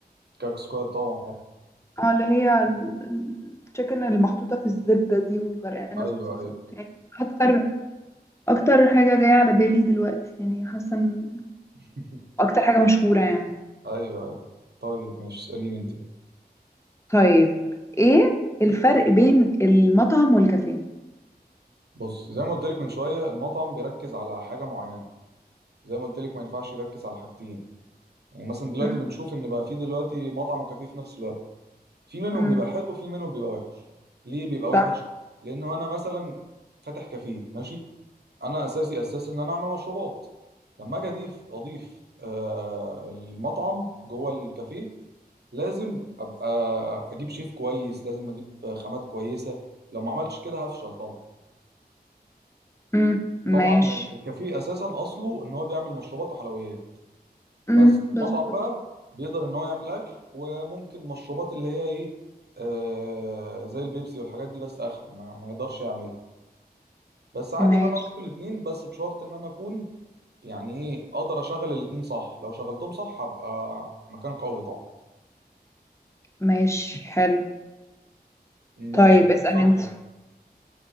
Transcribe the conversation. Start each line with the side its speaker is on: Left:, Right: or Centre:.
Right: كاك سكواد طبعا عارف
Left: اه اللي هي التشيكن المحطوطة في الزبدة دي وغرقانة
Right: ايوه
Left: صوصات
Right: ايوه
Left: يعني أكتر أكتر حاجة جاية على بالي دلوقتي يعني حاسة إن
Right: <laughs>
Left: أكتر حاجة مشهورة يعني
Right: ايوه ايوه طيب ماشي اساليني انت بقى
Left: طيب إيه الفرق بين المطعم والكافيه؟
Right: بص زي ما قلت لك من شويه المطعم بيركز على حاجه معينه زي ما قلت لك ما ينفعش يركز على حاجتين يعني مثلا دلوقتي
Left: مم،
Right: بنشوف ان بقى في دلوقتي مطعم وكافيه في نفس الوقت في منهم
Left: مم،
Right: بيبقى حلو وفي منهم بيبقى وحش ليه بيبقى وحش
Left: صح
Right: لان انا مثلا فاتح كافيه ماشي انا اساسي اساسي ان انا اعمل مشروبات لما اجي اضيف اضيف آه المطعم جوه الكافيه لازم ابقى اجيب شيف كويس لازم اجيب خامات كويسه لو ما عملتش كده هفشل طبعا
Left: مم، ماشي
Right: طبعا الكافيه اساسا اصله ان هو بيعمل مشروبات وحلويات
Left: مم،
Right: بس
Left: مظبوط
Right: مطعم بقى بيقدر ان هو يعمل اكل وممكن مشروبات اللي هي ايه آه زي البيبسي والحاجات دي بس اخره ما, ما يقدرش يعملها بس عادي
Left: ماشي
Right: ان انا اكل الاثنين بس بشرط ان انا اكون يعني ايه اقدر اشغل الاثنين صح لو شغلتهم صح هبقى مكان قوي طبعا
Left: ماشي حلو
Right: ماشي
Left: طيب
Right: هسألك
Left: اسأل
Right: سؤال
Left: انت
Right: حلو